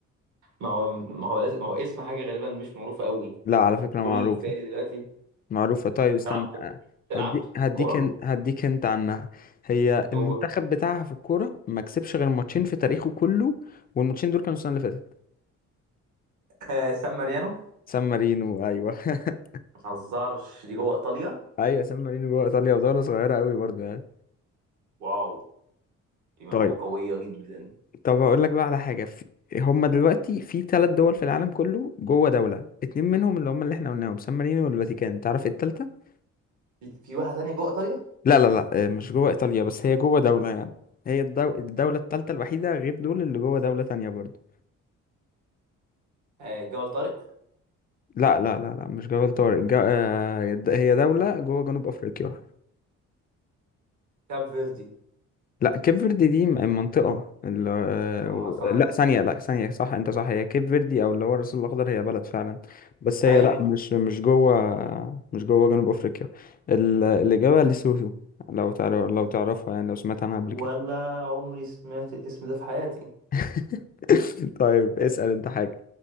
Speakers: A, on the right (about 70°); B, on the left (about 30°).
A: ما هو ما هو لازم ما هو اسم حاجة غالبا مش معروفة قوي
B: لا على فكرة
A: كل
B: معروفة
A: اللي في بالي دلوقتي
B: معروفة طيب
A: بتلعب
B: استنى
A: كو... بتلعب
B: هدي... هديك
A: كورة
B: ان- هديك انت عنها هي
A: قول
B: المنتخب بتاعها في الكورة ما كسبش غير ماتشين في تاريخه كله والماتشين دول كانوا السنة اللي فاتت
A: آه سان ماريانو ما
B: سان مارينو ايوه <laughs>
A: تهزرش دي جوه إيطاليا
B: ايوه سان مارينو جوه ايطاليا ودوله صغيره قوي برضه يعني
A: واو دي معلومة
B: طيب
A: قوية جدا
B: طب هقول لك بقى على حاجة في... هما دلوقتي في ثلاث دول في العالم كله جوه دولة اتنين منهم اللي هما اللي احنا قلناهم سان مارينو والفاتيكان تعرف إيه التالتة؟
A: في, في واحدة تانية جوه إيطاليا
B: لا لا لا آه، مش جوه إيطاليا بس هي جوه دولة يعني هي الدو... الدولة التالتة الوحيدة غير دول اللي جوه دولة تانية برضه
A: آه جبل طارق
B: لا لا لا لا مش جبل طارق جا... آه، د- هي دولة جوه جنوب أفريقيا
A: كاب فيردي
B: لا كيب فيردي دي م- منطقة ال... آه،
A: دي م-
B: و-
A: مثلا
B: لا ثانية لا ثانية صح انت صح هي كيب فيردي او اللي هو الرأس الأخضر هي بلد فعلا بس هي
A: أيوة
B: لا ايوه مش مش جوه مش جوه جنوب افريقيا ال... الإجابة لسوتو لو تعرف لو تعرفها يعني لو سمعت عنها قبل
A: ولا
B: كده
A: عمري سمعت الاسم ده في حياتي
B: <laughs> طيب اسأل انت حاجة